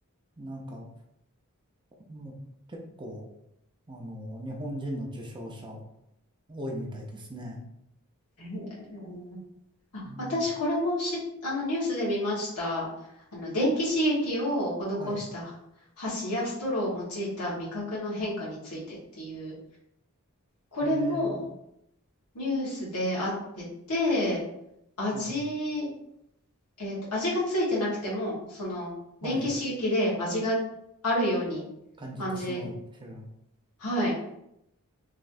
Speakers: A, on the right (about 20°); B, on the left (about 80°).
A: なんかもう結構、あの、日本人の受賞者多いみたいですね。
B: えーあ、
A: なんか、
B: 私これもし、あのニュースで見ました。あの電気刺激を施した箸やストローを用いた味覚の変化についてっていう、
A: はい、
B: これも
A: ええ、
B: ニュースであってて、味、
A: はい、
B: えっと、味がついてなくても、その、
A: はい、
B: 電気刺激で味があるように
A: 感じてしまうっていう、
B: 感じ、はい。